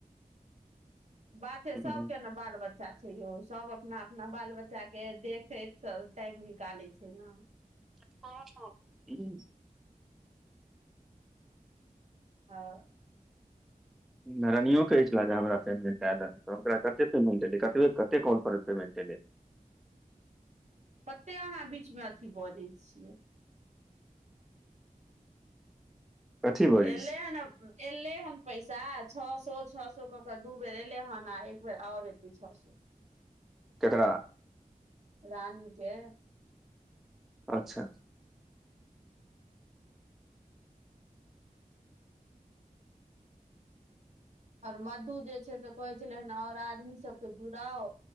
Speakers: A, on the right; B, in the centre.
A: बाते
B: हूँ
A: सभके न बाल बच्चा छै यौ सब अपना अपना बाल बच्चा के देखैत टाइम निकालै छै न।
B: <inaudible>
A: हँ।
B: नारनियो कहैत छलला जे हमरा पेमेन्ट आयल हँ तऽ ओकरा कते पेमेन्ट एलै कतबे कते कॉल पर पेमेन्ट एलै।
A: कते अहाँ बीच मे अथी बजै छियै।
B: कथी बजै
A: एलै
B: छी
A: हने एले हन पैसा छौ सौ छौ सौ कऽ केऽ दू बेर एलै हन आ एक बेर आओर एतै छौ सौ <inaudible>
B: केकरा
A: रानी के
B: अच्छा।
A: आओर मधु जे छै से कहै छलै हेन आओर आदमी सबके जुड़ाव।